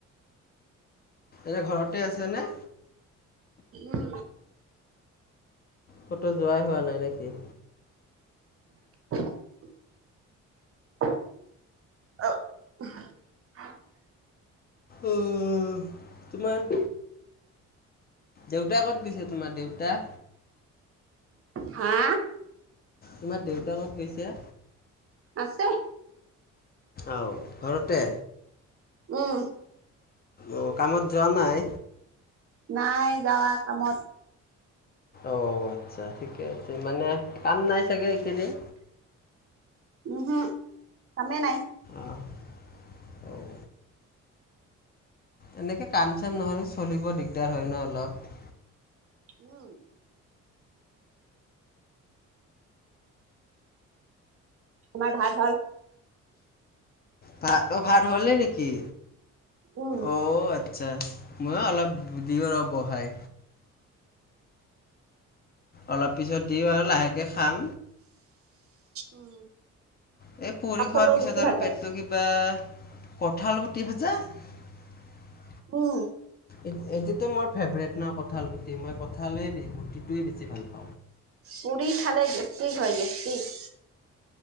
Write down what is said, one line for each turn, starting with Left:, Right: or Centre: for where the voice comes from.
Left: এনে ঘৰতে আছেনে?
Right: উম
Left: কটো যোৱাই হোৱা নাই নেকি?
Right: <unintelligible>
Left: অহ তোমাৰ দেউতা কত গৈছে তোমাৰ দেউতা?
Right: হা?
Left: তোমাৰ দেউতা কত গৈছে?
Right: আছে
Left: আও ঘৰতে
Right: উম
Left: অঁ কামত যোৱা নাই?
Right: নাই যাৱা কামত।
Left: অঁ আচ্ছা ঠিকে আছে, মানে কাম নাই চাগে এইকেইদিন।
Right: উহুম, কামে নাই।
Left: অঁ অঁও এনেকে কাম-চাম নহলে চলিব দিগদাৰ হয় ন অলপ।
Right: উম তোমাৰ ভাত হল?
Left: ভাত, অ ভাত হ'লে নেকি?
Right: উম
Left: অঁ আচ্ছা ময়ো অলপ দিওঁ ৰ বহাই। অলপ পিছত দিওঁ আৰু, লাহেকে খাম।
Right: উম
Left: এ পুৰি
Right: কাঠলৰ
Left: খোৱাৰ পিছত
Right: গুটি
Left: আৰু
Right: ভাজা
Left: পেটটো
Right: লাগিব
Left: কিবা, কঠাল গুট <unintelligible>
Right: উম
Left: এ-এইটোতো মই ফেভৰেট ন কঠাল গুটি, মই কঁঠালেই ব গুটিটোৱেই বেছি ভাল পাওঁ।
Right: পুৰি খালে গেছটিক হয় গেছটিক।